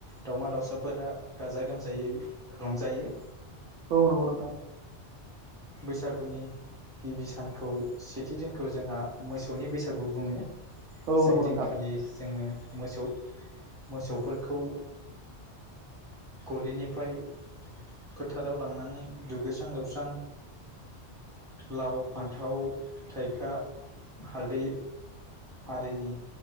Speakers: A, in the centre; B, on the right.
A: दावमा दाउसाफोरा गाजा गोमजायै रंजायो
B: औ नंगौ नोंथां
A: बैसागुनि गिबि सानखौ सेथि दिनखौ जोंहा मोसौनि बैसागु बुङो
B: औ
A: जाय
B: नंगौ नोंथां
A: दिनखालि जोङो मोसौ मोसौफोरखौ गलिनिफ्राय फोथाराव लांनानै दुगैस्रां लोबस्रां लाव फान्थाव थाइखा हालदै आरिनि